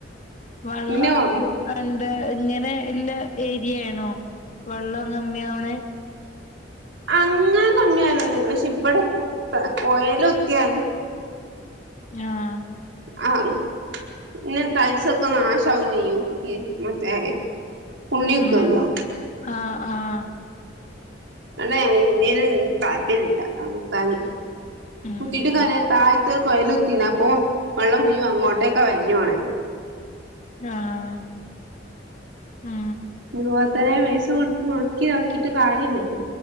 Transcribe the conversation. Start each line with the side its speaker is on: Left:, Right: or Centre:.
Left: വള്ളം
Right: പിന്നെ വന്നു
Left: എന്താ ഇങ്ങനെ ഇള്ള ഏരിയയാണോ വെള്ളം കമ്മിയാവണ
Right: അങ്ങനെ കമ്മിയാവലോന്നുല്ല പക്ഷെ ഇവിടെ കുത്ത കൊയൽ കുത്തിയാൽ
Left: ആഹ്
Right: ആഹ് പിന്നെ ടൈൽസ് ഒക്കെ നാശാവും ചെയ്യും ഈ മറ്റേ ഉള്ളീത്തുവല്ലോ
Left: ആഹ് ആഹ് ആഹ്
Right: അതെ ഇന്ത്യെല് താഴറ്റില്ല ആഹ് കുത്താന്
Left: ഉം
Right: കുത്തീട്ട് താരെ താ ത് കൊഴലുത്തിന അപ്പോ വെള്ളം മുയുവം അങ്ങോട്ടേക്ക വരഞ്ഞുവോണെ
Left: ആഹ് ആഹ്
Right: അതുപോലെ തന്നെ വേസ് കൊടുത്ത് മുക്കിനോക്കീട്ട് കാര്യയില്ലല്ലോ